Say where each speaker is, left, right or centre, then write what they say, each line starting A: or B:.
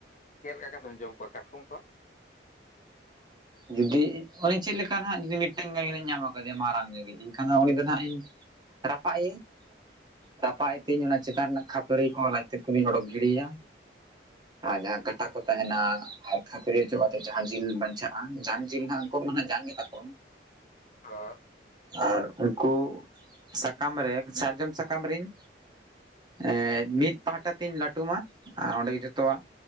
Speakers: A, on the left (about 40°); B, on the right (about 25°).
A: ᱪᱮᱫ ᱞᱮᱠᱟ ᱠᱟᱛᱮᱢ ᱡᱚᱢ ᱠᱚᱣᱟ ᱠᱟᱴᱠᱚᱢ ᱠᱚ?
B: ᱡᱩᱫᱤ ᱩᱱᱤ ᱪᱮᱫ ᱞᱮᱠᱟ ᱱᱦᱟᱜ ᱡᱩᱫᱤ ᱢᱤᱫᱴᱟᱝ ᱜᱟᱱ ᱜᱮᱧ ᱧᱟᱢ ᱠᱟᱫᱮᱭᱟ ᱢᱟᱨᱟᱝ ᱧᱚᱜᱤᱜ ᱤᱱᱠᱷᱟᱱ ᱫᱚ ᱩᱱᱤ ᱫᱚ ᱱᱦᱟᱜ ᱤᱧ ᱨᱟᱯᱟᱜ ᱤᱭᱟᱹᱧ᱾ ᱨᱟᱯᱟᱜ ᱮᱛᱤᱧ ᱚᱱᱟ ᱪᱮᱛᱟᱱ ᱨᱮᱱᱟᱜ ᱠᱷᱟᱯᱨᱤ ᱠᱚ ᱞᱟᱡᱛᱮᱫ ᱠᱚᱫᱚᱧ ᱳᱰᱳᱠ ᱜᱤᱲᱤᱭᱟ᱾ ᱟᱨ ᱡᱟᱦᱟᱸ ᱠᱟᱴᱟ ᱠᱚ ᱛᱟᱦᱮᱱᱟ ᱟᱨ ᱠᱷᱟᱹᱯᱨᱤ ᱚᱪᱚᱜ ᱟᱛᱮ ᱡᱟᱦᱟᱸ ᱡᱤᱞ ᱵᱟᱸᱧᱪᱟᱜ ᱟᱝ ᱡᱟᱝ ᱡᱤᱞ ᱱᱦᱟᱜ ᱩᱱᱠᱩᱭᱟᱜ ᱢᱟ ᱱᱟᱦᱟᱜ ᱡᱟᱝ ᱜᱮᱛᱟ ᱠᱚ᱾
A: ᱦᱚ᱾
B: ᱟᱨ ᱩᱱᱠᱩ ᱥᱟᱠᱟᱢ ᱨᱮ, ᱥᱟᱨᱡᱚᱢ ᱥᱟᱠᱟᱢ ᱨᱤᱧ ᱮᱸᱫ ᱢᱤᱫ ᱯᱟᱦᱴᱟ ᱛᱤᱧ ᱞᱟᱹᱴᱩᱢᱟ ᱟᱨ ᱚᱸᱰᱮ ᱜᱮ ᱡᱷᱚᱛᱚᱣᱟᱜ